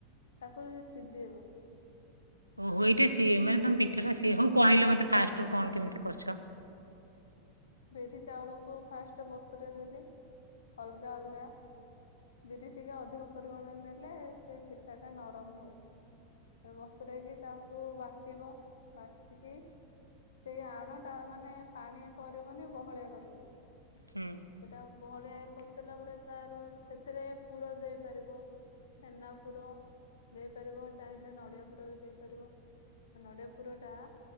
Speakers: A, on the left; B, on the right.
A: ତାକୁ ସିଯେଇବ।
B: ଓହୋ ଏଇଟା ସିଏ ମାନେ ତମ ପିଠାଟା ସିଏ ହଉ କହିଲେ ମୋତେ ଫାଷ୍ଟରୁ କଣ କେମିତି କରିଛ?
A: ବିରି ଚାଉଳକୁ ଫାଷ୍ଟେ ବତରେଇ ଦେଲି ଅଲଗା ଅଲଗା ବିରି ଟିକେ ଅଧିକ ପରିମାଣ ନେଲେ ସେ ପିଠା ଟା ନରମ ହୁଏ ହେବ। ଜଉଟାକି ତାକୁ ବାଟିବ ବାଟିକି ସେଇ ଆଣ ଟା ମାନେ ପାଣି କରିବନି ବହଳିଆ କରିବ।
B: ହୁଁ।
A: ସେଟା ବହଳିଆ କରିସାରିଲା ପରେ, ତାର ସେଥିରେ ପୁର ଦେଇପାରିବ। ଛେନା ପୁର ଦେଇପାରିବ। ଚାହିଁଲେ ନଡିଆ ପୁର ବି ଦେଇପାରିବ। ନଡିଆ ପୁର ଟା